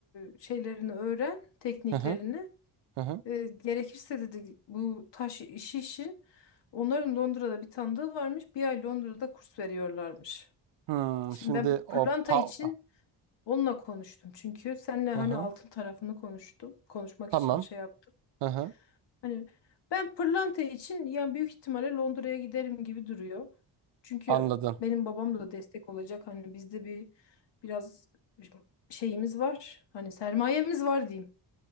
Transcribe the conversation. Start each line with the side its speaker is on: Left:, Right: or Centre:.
Left: e, şeylerini öğren, tekniklerini.
Right: hı hı. hı hı.
Left: E, gerekirse dedi bu taş işi için onların Londra'da bir tanıdığı varmış. Bir ay Londra'da kurs veriyorlarmış.
Right: Hmm,
Left: Şimdi
Right: şimdi
Left: ben
Right: o
Left: pırlanta
Right: pa
Left: için onunla konuştum. Çünkü seninle
Right: hı
Left: hani
Right: hı.
Left: altın tarafını konuştum. Konuşmak
Right: Tamam.
Left: için şey yaptım.
Right: Hı hı.
Left: Hani ben pırlanta için ya büyük ihtimalle Londra'ya giderim gibi duruyor. Çünkü
Right: Anladım.
Left: benim babam da destek olacak. Hani bizde bir biraz şeyimiz var. Hani sermayemiz var diyeyim.